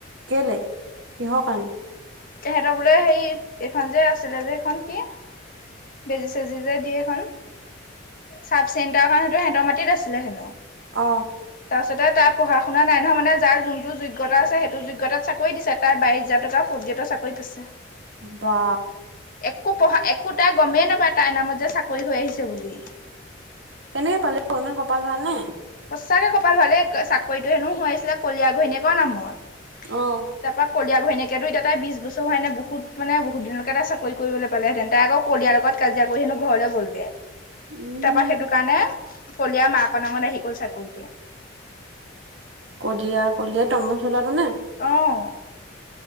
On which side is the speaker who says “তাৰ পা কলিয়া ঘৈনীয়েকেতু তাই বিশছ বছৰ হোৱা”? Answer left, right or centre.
Left